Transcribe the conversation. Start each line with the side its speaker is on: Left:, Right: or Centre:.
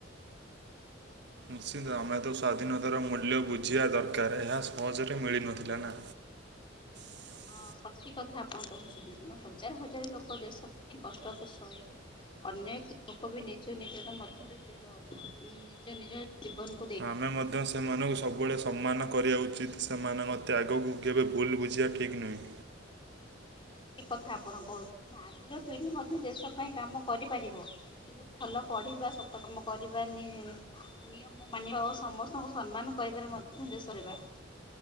Right: ନିଶ୍ଚିନ୍ତ ଆମେ ତ ସ୍ୱାଧୀନତାର ମୂଲ୍ୟ ବୁଝିବା ଦରକାର ଏହା ସହଜରେ ମିଳିନଥିଲା ନା। <inaudible>
Left: ହଁ ସଠିକ୍ କଥା ଆପଣ କୋହୁଚନ୍ତି କିନ୍ତୁ ହଜାର ହଜାରେ ଲୋକ ଦେଶ ପାଇଁ କଷ୍ଟକୁ ସହିଥିଲେ। ଅନେକ ଲୋକ ବି ନିଜ ନିଜର ମଧ୍ୟରେ ନିଜ ନିଜ ଜୀବନ କୁ
Right: ଆମେ ମଧ୍ୟ ସ ସେମାନଙ୍କୁ ସବୁବେଳେ ସମ୍ମାନ କରିବା ଉଚିତ୍, ସେମାନେ ମୋତେ ଆଗକୁ କେବେ ଭୁଲ୍ ବୁଝିବା ଠିକ୍ ନୁହେଁ।
Left: ଠିକ୍ କଥା ଆପଣ କହୁ ଆଜିର ପିଢି ମଧ୍ୟ ଦେଶ ପାଇଁ କାମ କରିପାରିବ। କିନ୍ତୁ ଭଲ ପଢ଼ିବା ସତକାମ କରିବା ନିି ନିୟମ ମାନିବା ଓ ସମସ୍ତଙ୍କୁ ସମ୍ମାନ କରିବାରେ ମଧ୍ୟ ଦେସ ହେବା।